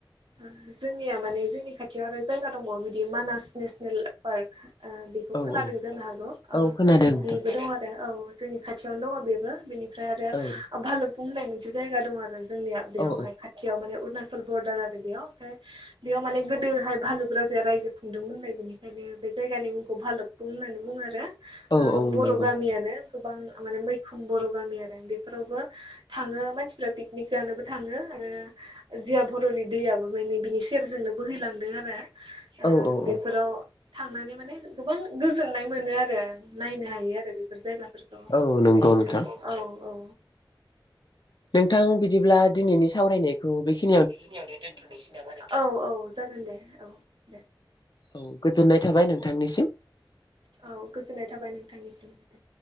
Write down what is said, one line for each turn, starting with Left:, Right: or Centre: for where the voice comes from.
Right: ओम जोंनिया माने जोंनि खाथियाव आरो जायगा दंबावो बिदि मानास नेसनेल पार्क। ओ बेखौ
Left: औ
Right: खोनादों
Left: औ
Right: जानो हागौ ओ
Left: औ खोनादों नोंथां
Right: बेबो दं आरो औ। जोंनि खाथियावनो दङ बेबो बेनिफ्राय आरो
Left: औ
Right: भालुक बुंनाय मोनसे जायगा दं आरो जोंनिया बेयावहाय
Left: औ
Right: खाथियाव माने अरुणाचल बरदार आरो बेयाव ओमफ्राय बेयाव माने गोदोहाय भालुक राजाया रायजो खुंदोंमोननो बेनिखायनो बे जायगा जायगानि मुंखौ भालक बुं होननानै बुङो आरो ओ
Left: औ औ
Right: बर'
Left: नंगौ
Right: गामियानो गोबां माने मैखोम बर' गामि आरो बेफोरावबो थाङो मानसिफ्रा पिकनिक जानोबो थाङो। ओ जिया हरनि दैयाबो बिनि सेरजोंनो बोहैलांदों आरो ओ
Left: औ औ
Right: बेफोराव
Left: औ
Right: थांनानै माने गोबां गोजोननाय मोनो आरो नायनो हायो आरो बेफोर जायगा औव औव
Left: औ नंगौ
Right: जेहुथु
Left: नोंथां
Right: औ औ।
Left: नोंथां बिदिब्ला दिनैनि सावरायनायखौ बेखिनि
Right: बेखिनियावनो दोनथ'नोसै नामा औव औव जागोन दे औव दे
Left: औव गोजोननाय थाबाय नोंथांनिसिम।
Right: औ गोजोननाय थाबाय नोंथांनिसिमबो